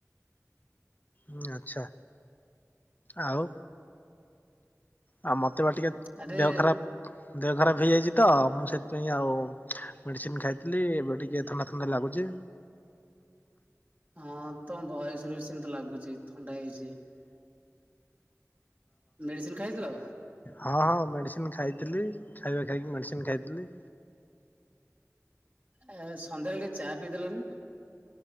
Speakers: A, on the left; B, on the right.
A: ଉଁ ଆଛା ଆଉ ଆଉ ମତେ ବା ଟିକେ
B: ଆରେ
A: ଦେହ ଖରାପ୍ ଦେହ ଖରାପ ହେଇଯାଇଚି ତ ମୁଁ ସେଥିପାଇଁ ଆଉ ମେଡ଼ିସିନ୍ ଖାଇଥିଲି ଏବେ ଟିକେ ଥଣ୍ଡା ଥଣ୍ଡା ଲାଗୁଚି।
B: ହଁ ତମ ଭଏସ୍ ରୁ ସେମତି ଲାଗୁଚି ଥଣ୍ଡା ହେଇଚି। ମେଡ଼ିସିନ୍ ଖାଇଥିଲ?
A: ହଁ ହଁ ମେଡ଼ିସିନ୍ ଖାଇଥିଲି ଖାଇବା ଖାଇକି ମେଡ଼ିସିନ୍ ଖାଇଥିଲି।
B: ଏ ଏ ସନ୍ଧ୍ୟାବେଳେ ଟିକେ ଚା ପିଇଦେଲନି।